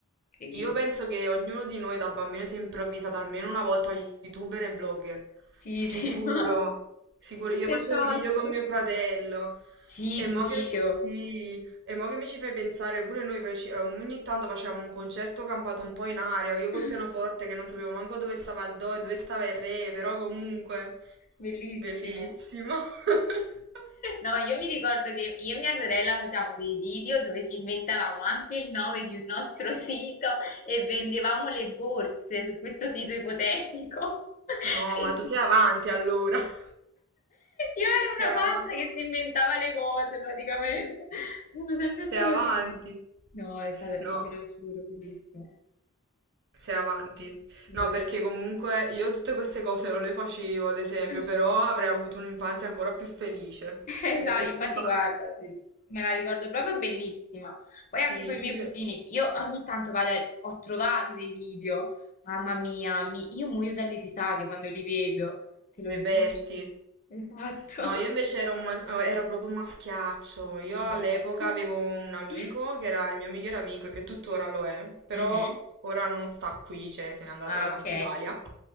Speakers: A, on the left; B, on the right.
A: incredibile.
B: Io penso che ognuno di noi da bambino si è improvvisato almeno una volta youtuber e blogger.
A: Sì,
B: Sicuro,
A: sì, <laughs> ma...
B: sicuro. Io facevo
A: Esatto.
B: i video con mio fratello.
A: Sì,
B: E
A: pure
B: mo che,
A: io.
B: sì, e mo che mi ci fai pensare, pure noi feci- eh, ogni tanto facevamo un concerto campato un po' in aria, io
A: <laughs>
B: col pianoforte che non sapevo manco dove stava il do e dove stava il re, però comunque,
A: Bellissimo.
B: bellissimo. <laughs>
A: No, io mi ricordo che io e mia sorella facevamo dei video dove ci inventavamo anche il nome di un nostro sito e vendevamo le borse su questo sito ipotetico. <laughs>
B: No,
A: Quindi-
B: ma tu sei avanti allora. <laughs>
A: Io ero
B: Sei
A: una
B: avanti.
A: pazza che si inventava le cose praticamente. Sono sempre
B: Sei
A: stata
B: avanti.
A: così. No, è stato,
B: No.
A: te lo giuro, bellissimo.
B: Sei avanti. No,
A: Vorrei
B: perché
A: che...
B: comunque io tutte queste cose non le facevo, ad esempio,
A: <laughs>
B: però avrei avuto un'infanzia ancora più felice. Se
A: Esatto,
B: le avessi
A: infatti
B: fatte.
A: guarda, sì, me la ricordo proprio bellissima. Poi
B: Sì,
A: anche con i miei
B: io...
A: cugini, io ogni tanto vado a- ho trovato dei video, mamma mia, mi- io muoio dalle risate quando li vedo, te lo
B: Reperti.
A: giuro. Esatto.
B: No, io invece
A: <laughs>
B: ero, un ma- ero proprio un maschiaccio. Io all'epoca
A: Eh.
B: avevo un amico
A: <laughs>
B: che era il mio migliore amico e che tuttora lo è, però
A: Mhm.
B: ora non sta qui, cioè se n'è andato
A: Ah,
B: in
A: ok.
B: Alta Italia.